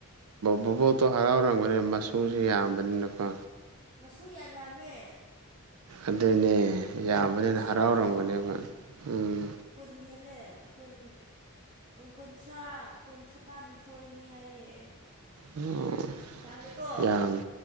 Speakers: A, on the right; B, on the right.
A: ꯕꯣꯕꯣꯠꯇꯣ ꯍꯔꯥꯎꯔꯕꯅꯤꯅ ꯃꯆꯨꯁꯨ ꯌꯥꯝꯕꯅꯤꯅꯀꯣ
B: ꯃꯁꯨ ꯌꯥꯝ ꯌꯥꯝꯃꯦ
A: ꯑꯗꯨꯅꯦ ꯌꯥꯝꯕꯅꯤꯅ
B: ꯃꯁꯨꯀꯣ
A: ꯍꯔꯥꯎꯔꯝꯒꯅꯦꯕ ꯎꯝ
B: ꯀꯨꯟ ꯍꯦꯜꯂꯦ ꯀꯨꯟ ꯀꯨꯟꯊ꯭ꯔꯥ ꯀꯨꯟꯊ꯭ꯔꯥꯅꯤꯊꯣꯏꯅꯦ ꯍꯥꯏꯌꯦ
A: ꯑꯣ
B: ꯌꯥꯝꯃꯦꯀꯣ
A: ꯌꯥꯃꯤ